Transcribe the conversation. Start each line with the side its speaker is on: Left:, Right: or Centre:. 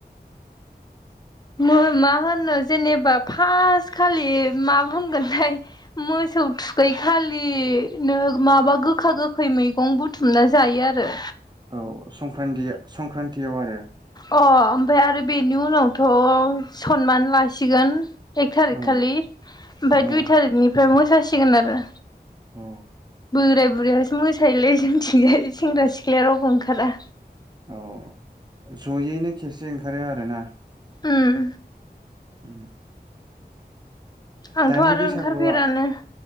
Left: मो मा होनो जेनोबा फास खालि मा होनगोनथाय मोसौ थुखै खालि नो माबा गोखा गोखै मैगं बुथुमना जायो आरो
Right: अ संक्रान्ति संक्रान्तिआव आरो
Left: अ ओमफाय आरो बेनि उनावथ' सनमान लासिगोन एक थारिक
Right: औ
Left: खालि आमफाय दुइ
Right: औ
Left: थारिकनिफ्राय मोसासिगोन आरो
Right: औ
Left: बोराय बुरियासो मोसायोलै जों जोंनिथिंजाय सेंग्रा सिख्लाया रावबो ओंखारा
Right: अ जयैनो खेबसे ओंखारो आरोना?
Left: ओम
Right: उम
Left: आंथ'
Right: दानि
Left: आरो
Right: बैसागुआ
Left: ओंखारफेरानो